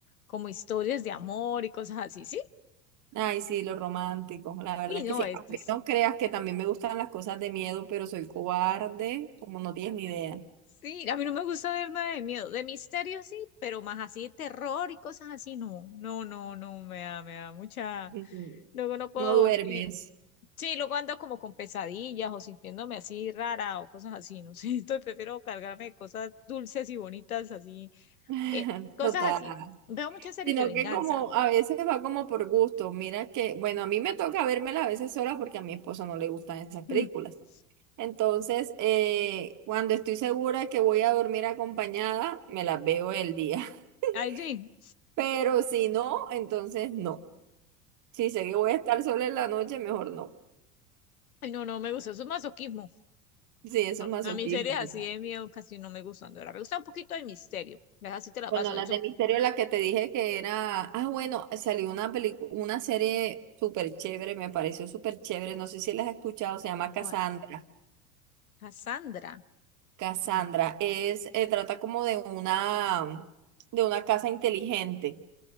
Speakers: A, on the left; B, on the right.
A: como historias de amor y cosas así, ¿sí?
B: Ay, sí, los románticos, la verdad
A: Sí,
B: es
A: no,
B: que sí.
A: es,
B: Aunque
A: es-
B: no creas que también me gustan las cosas de miedo, pero soy cobarde, como no tienes ni idea.
A: sí, a mí no me gusta ver nada de miedo, de misterio sí, pero más así de terror y cosas así, no, no, no, no, me da, me da mucha,
B: Ujú.
A: luego no puedo
B: No duermes.
A: dormir. Sí, luego ando como con pesadillas o sintiéndome así rara o cosas así, no sé, <laughs> entonces prefiero cargarme de cosas dulces y bonitas así,
B: <laughs>
A: eh, cosas
B: Total.
A: así. Veo muchas series
B: Sino
A: de venganza.
B: que como a veces va como por gusto. Mira que, bueno, a mí me toca vérmela a veces sola porque a mi esposo no le gustan esas películas.
A: <laughs>
B: Entonces, eh, cuando estoy segura que voy a dormir acompañada, me las veo el día.
A: Ay, sí.
B: <laughs> Pero si no, entonces no. Si sé que voy a estar sola en la noche, mejor no.
A: Ay, no, no me gusta, eso es masoquismo.
B: Sí, eso
A: No,
B: es masoquismo.
A: a mí series así de miedo casi no me gustan, de verdad. Me gusta un poquito de misterio. Ya Así te la
B: Bueno,
A: paso. De
B: las
A: hecho,
B: de misterio, la que te dije que era, ah, bueno, salió una película, una serie súper chévere, me pareció súper chévere, no sé si las has escuchado, se llama Cassandra.
A: ¿cuál? Cassandra.
B: Cassandra
A: Mm,
B: es, eh, trata como de una, de una casa inteligente.